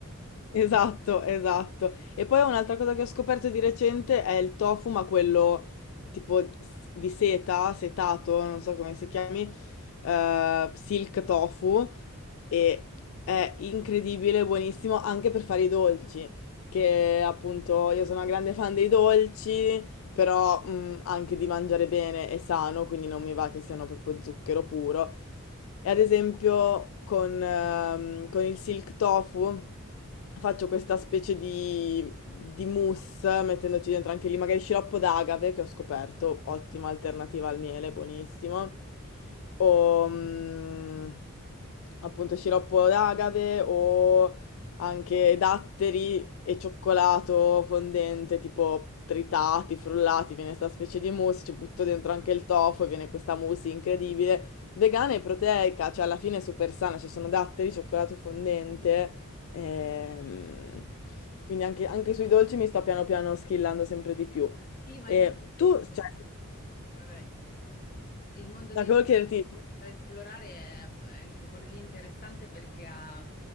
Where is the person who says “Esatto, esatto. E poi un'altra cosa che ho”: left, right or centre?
Left